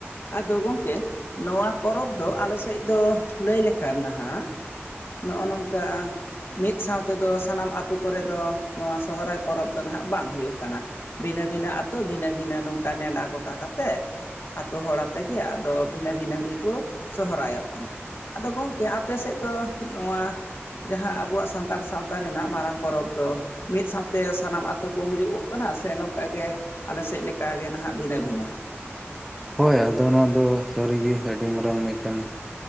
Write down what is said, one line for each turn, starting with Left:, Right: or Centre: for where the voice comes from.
Left: ᱟᱫᱚ ᱜᱚᱝᱠᱮ, ᱱᱚᱣᱟ ᱯᱚᱨᱚᱵᱽ ᱫᱚ ᱟᱞᱮ ᱥᱮᱫ ᱫᱚ, ᱞᱟᱹᱭ ᱞᱮᱠᱷᱟᱱ ᱱᱟᱦᱟᱜ ᱱᱚᱜᱼᱚ ᱱᱚᱝᱠᱟ ᱢᱤᱫ ᱥᱟᱶ ᱛᱮᱫᱚ ᱥᱟᱱᱟᱢ ᱟᱛᱳ ᱠᱚᱨᱮ ᱫᱚ ᱱᱚᱣᱟ ᱥᱚᱦᱨᱟᱭ ᱯᱚᱨᱚᱵᱽ ᱫᱚ ᱱᱟᱜ ᱵᱟᱝ ᱦᱳᱭᱳᱜ ᱠᱟᱱᱟ᱾ ᱵᱷᱤᱱᱟᱹ ᱵᱷᱤᱱᱟᱹ ᱟᱛᱳ ᱵᱷᱤᱱᱟᱹ ᱵᱷᱤᱱᱟᱹ ᱱᱚᱝᱠᱟ ᱱᱮᱰᱟ ᱜᱚᱴᱟ ᱠᱟᱛᱮᱫ ᱟᱛᱳ ᱦᱚᱲ ᱟᱛᱮᱜᱮ ᱟᱫᱚ ᱵᱷᱤᱱᱟᱹ ᱵᱷᱤᱱᱟᱹ ᱜᱮᱠᱚ ᱥᱚᱦᱨᱟᱭᱚᱜ ᱠᱟᱱᱟ ᱾ ᱟᱫᱚ ᱜᱚᱝᱠᱮ ᱟᱯᱮ ᱥᱮᱫ ᱫᱚ, ᱱᱚᱣᱟ ᱡᱟᱦᱟᱸ ᱟᱵᱚᱣᱟᱜ ᱥᱟᱱᱛᱟᱲ ᱥᱟᱶᱛᱟ ᱨᱮᱱᱟᱜ ᱢᱟᱨᱟᱝ ᱯᱚᱨᱚᱵᱽ ᱫᱚ, ᱢᱤᱫ ᱥᱟᱶᱛᱮ ᱥᱟᱱᱟᱢ ᱟᱛᱳ ᱠᱚ ᱦᱩᱭᱩ ᱜᱚᱜ ᱠᱟᱱᱟ ᱥᱮ ᱱᱚᱝᱠᱟᱜᱮ ᱟᱞᱮᱥᱮᱫ ᱞᱮᱠᱟᱜᱮ ᱱᱟᱦᱟᱜ ᱵᱷᱤᱱᱟᱹ ᱵᱷᱤᱱᱟᱹ ᱾
Centre: ᱦᱳᱭ ᱟᱫᱚ ᱱᱚᱣᱟ ᱫᱚ ᱥᱟᱹᱨᱤᱜᱮ ᱟᱹᱰᱤ ᱢᱟᱨᱟᱝ ᱢᱤᱫᱴᱮᱱ